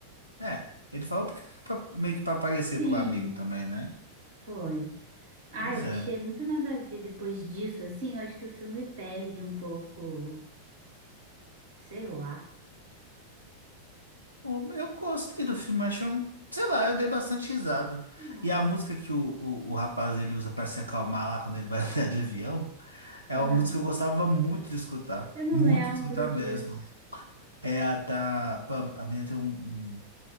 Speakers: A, on the right; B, on the right.
A: É, ele falou porque era pra- meio que pra aparecer
B: Sim,
A: pro amigo também, né?
B: foi. Ah,
A: Pois
B: eu
A: é.
B: achei muito nada a ver depois disso, assim, eu acho que o filme perde um pouco, sei lá.
A: Pô, eu gostei do filme, achei um. Sei lá, eu dei bastante risada.
B: Ah,
A: E a música que o, o, o rapaz ele usa pra se acalmar lá quando ele vai <laughs> andar de avião. É
B: ah,
A: uma música que eu gostava muito de escutar.
B: eu não
A: Muito
B: lembro
A: de escutar
B: disso.
A: mesmo. É a da. Pam, a minha tem um, um